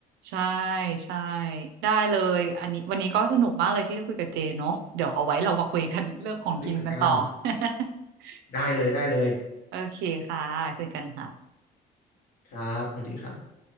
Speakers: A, on the right; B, on the left.
A: ใช่ใช่ได้เลยอันนี้วันนี้ก็สนุกมากเลยที่ได้คุยกับเจเนาะเดี๋ยวเอาไว้เรามาคุยกันเรื่องของกินกันต่อ
B: เฮ้ยเหมือนกัน
A: <laughs>
B: ได้เลยได้เลย
A: โอเคค่ะคุยกันค่ะ
B: ครับสวัสดีครับ